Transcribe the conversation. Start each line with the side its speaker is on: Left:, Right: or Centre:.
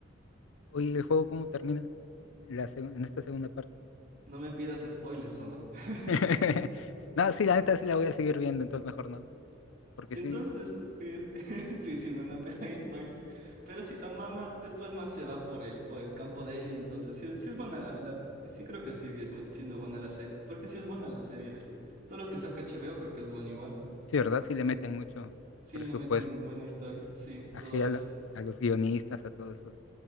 Left: Oye, ¿el juego cómo termina? La seg- en esta segunda parte.
Right: No me pidas spoilers, Omar. <laughs>
Left: <laughs> No, sí, la neta sí la voy a seguir viendo, entonces mejor no. Porque
Right: Entonces,
Left: sí,
Right: es cu- eh, <laughs> sí, sí, no, no te da spoilers. Pero sí, ah, mamá después más se va por el, por el campo de él y entonces sí, sí es buena la, la- sí creo que sigue buen- siendo buena la serie. Porque sí es buena la serie de todo lo que saca HBO, creo que es bueno igual.
Left: sí, ¿verdad? Sí le meten mucho
Right: Sí
Left: presupuesto.
Right: le meten buena historia, sí,
Left: Así
Right: todo
Left: a,
Right: eso.
Left: la- a los guionistas, a todos esos.